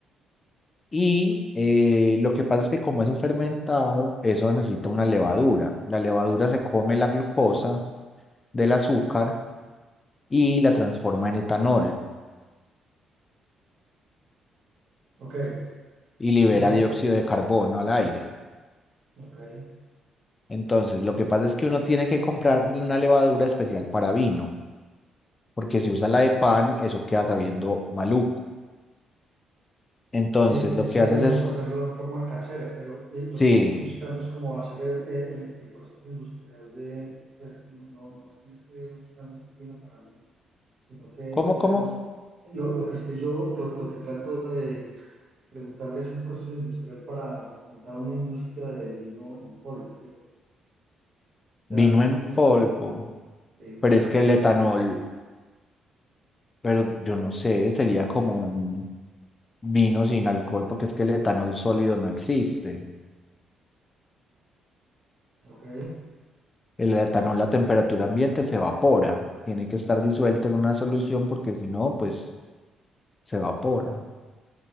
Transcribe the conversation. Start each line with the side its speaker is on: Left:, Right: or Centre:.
Left: Y eh, lo que pasa es que como es un fermentado, eso necesita una levadura. La levadura se come la glucosa del azúcar y la transforma en etanol
Right: Ok,
Left: y libera
Right: eh,
Left: dióxido de carbono al aire.
Right: ok.
Left: Entonces, lo que pasa es que uno tiene que comprar una levadura especial para vino, porque si usa la de pan, eso queda sabiendo maluco. Entonces,
Right: Sí, eso
Left: lo que
Right: es,
Left: haces
Right: digamos,
Left: es
Right: para hacerlo en forma casera, pero eh, lo
Left: Sí,
Right: que yo estoy buscando es como hacer el, eh, el- el proceso industrial de, pues, no, no- no es que yo esté buscando hacer vino para mí, sino que,
Left: ¿cómo,
Right: digamos,
Left: cómo?
Right: lo, lo que estoy yo, lo, lo que trato de preguntarle es un proceso industrial para montar una industria de vino en polvo, ¿cierto? O
Left: Vino
Right: sea, es
Left: en
Right: un proceso,
Left: polvo,
Right: eh,
Left: pero
Right: o sea,
Left: es que
Right: eh,
Left: el etanol, pero yo no sé, sería como un vino sin alcohol, porque es que el etanol sólido no existe.
Right: ok,
Left: El etanol a temperatura ambiente se evapora, tiene que estar disuelto en una solución porque si no, pues se evapora.